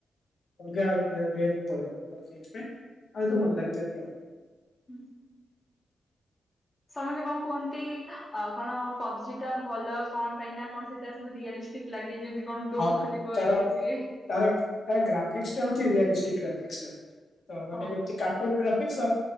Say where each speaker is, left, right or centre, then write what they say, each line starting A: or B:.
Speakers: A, on the left; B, on the left.
A: ଅଲଗା ଇ ପଳେଇଲେ ତ ସେଇଥିପାଇଁ ଆଉ ତ ଭଲ ଲାଗିଲାନି ଆଉ।
B: ହୁଁ ସମସ୍ତେ କଣ କୁହନ୍ତି କଣ ପବଜି ଟା ଭଲ କଣ ପାଇଁ ନା କଣ ସେଟା ସବୁ ରିୟଲି ଠିକ ଲାଗେ ଯେମିତି କଣ ଡୋର
A: ହଁ
B: ଖୋଲିବ
A: ତାର
B: ଇଏ ସିଏ
A: ତାର ତାର ଗ୍ରାଫିକ୍ସ ଟା ହଉଛି ରିୟା <unintelligible>
B: ହଁ
A: କାର୍ଟୁନ ଗ୍ରାଫିସ